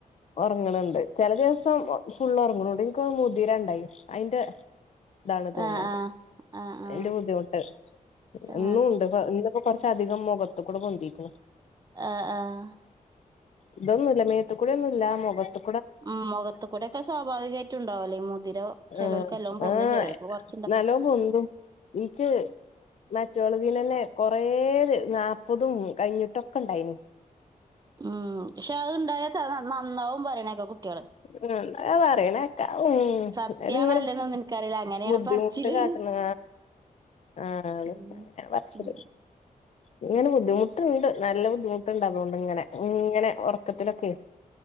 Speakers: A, on the left; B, on the right.
A: ഉറങ്ങണണ്ട് ചില ദിവസം ഫുള്ള് ഉറങ്ങണണ്ട് എനക്ക് തോന്നുന്നു മുതിരണ്ടായി അയിന്റെ ഇതാണ് തോന്നുന്നുണ്ട്
B: ആ ആ ആ
A: അയിന്റെ
B: ആ
A: ബുദ്ധിമുട്ട്
B: ആ
A: ഇന്നുണ്ട് ഇന്നിപ്പോ കൊറച്ചധികം മുഖത്തുക്കൂടെ പൊന്തീക്കുണു
B: ആഹ് ആഹ്
A: ഇതൊന്നുമില്ല മേത്തുക്കൂടി ഒന്നുമില്ല മുഖത്തു
B: മ്മ് മുഖത്ത്ക്കൂടെയൊക്കെ സ്വാഭാവികമായിട്ട് ഉണ്ടാവല്ലോ ഈ മുതിര ചേലോൽക്ക്
A: ആഹ്
B: പൊന്തും
A: ആഹ്
B: ചേലോൽക്ക് കുറച്
A: നല്ലോം പൊന്തും നിക്ക് മറ്റുള്ളതിന്ന്നെ കൊറേ നാല്പ്പതും കഴിഞ്ഞിട്ടൊക്കെണ്ടായിന്
B: ഉം പക്ഷെ അത്ണ്ടായ നന്നാവും പറയണേക്ക കുട്ടികള്
A: മ്മ് ന്താ പറയണേ ഉം
B: സത്യാണോ
A: <unintelligible>
B: അല്ലെന്നൊന്നും എനിക്കറിയില്ല അങ്ങനെയാണ്
A: ബുദ്ധിമുട്ട്
B: പറച്ചില്
A: കാട്ടുണാ ആ
B: ഉം
A: അങ്ങന പറച്ചില്
B: ഉം
A: ഇങ്ങനെ ബുദ്ധിമുട്ട് ണ്ട് നല്ല ബുദ്ധിമുട്ടുണ്ട് അതുകൊണ്ടിങ്ങനെ ഇങ്ങനെ ഉറക്കത്തിലൊക്കെ